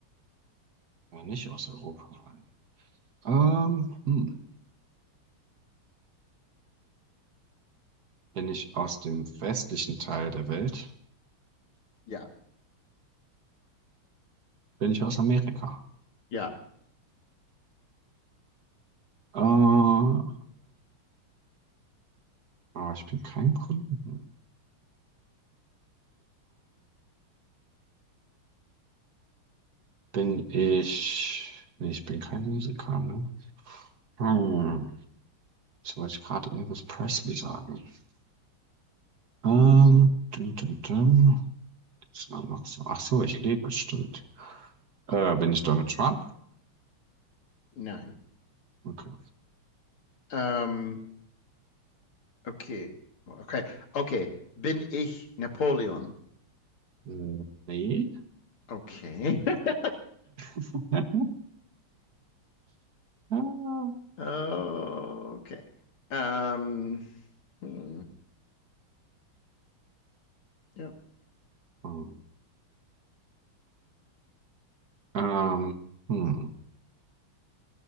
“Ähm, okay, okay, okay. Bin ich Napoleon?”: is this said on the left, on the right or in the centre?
Left